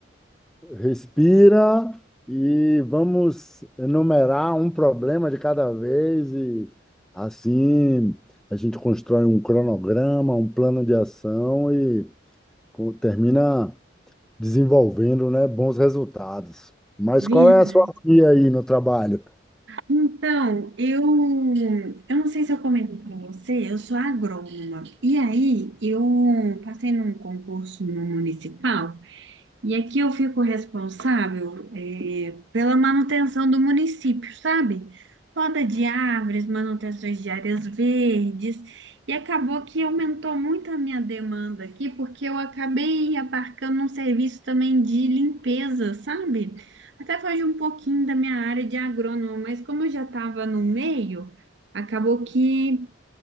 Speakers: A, in the centre; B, on the right.
A: respira e vamos enumerar um problema de cada vez e assim a gente constrói um cronograma, um plano de ação e co- termina desenvolvendo, né, bons resultados. Mas
B: Verdade.
A: qual é a sua via aí no trabalho?
B: Então, eu, eu não sei se eu comentei para você, eu sou agrônoma. E aí, eu passei num concurso no municipal E aqui eu fico responsável, eh, pela manutenção do município, sabe? Poda de árvores, manutenções de áreas verdes. E acabou que aumentou muito a minha demanda aqui, porque eu acabei abarcando um serviço também de limpeza, sabe? Até foge um pouquinho da minha área de agrônomo, mas como eu já estava no meio, acabou que